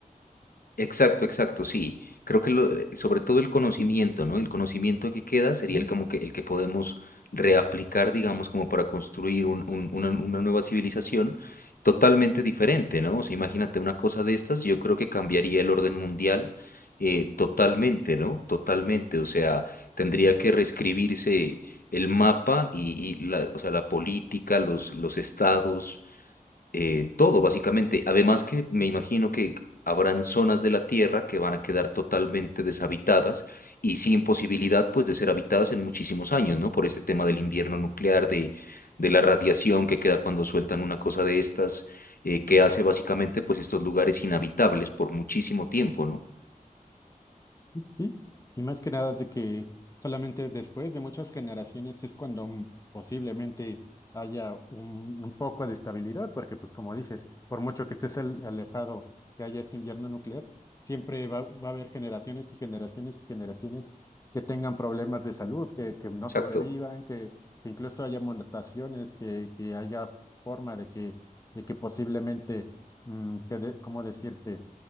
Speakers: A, on the left (about 80°); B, on the left (about 20°).
A: Exacto, exacto, sí. Creo que lo- eh, sobre todo el conocimiento, ¿no? El conocimiento que queda sería
B: Ujú.
A: el como que el que podemos reaplicar, digamos, como para construir un- un- una, una nueva civilización totalmente diferente, ¿no? O sea, imagínate una cosa de estas, yo creo que cambiaría el orden mundial eh, totalmente, ¿no? Totalmente. O sea, tendría que reescribirse el mapa y, y la, o sea, la política, los, los estados eh, todo, básicamente. Además que me imagino que habrán zonas de la Tierra que van a quedar totalmente deshabitadas y sin posibilidad, pues, de ser habitadas en muchísimos años, ¿no? Por este tema del invierno nuclear, de, de la radiación que queda cuando sueltan una cosa de estas, eh, que hace básicamente, pues, estos lugares inhabitables por muchísimo tiempo, ¿no?
B: Sí, sí, sí. Y más que nada de que solamente después de muchas generaciones es cuando mm, posiblemente haya un, un poco de estabilidad, porque pues como dices, por mucho que estés al- alejado que haya este invierno nuclear, siempre va, va a haber generaciones y generaciones y generaciones que tengan problemas de salud, que, que no
A: Exacto.
B: sobrevivan, que, que incluso haya mutaciones, que, que haya forma de que, de que posiblemente, mm, que de- ¿cómo decirte?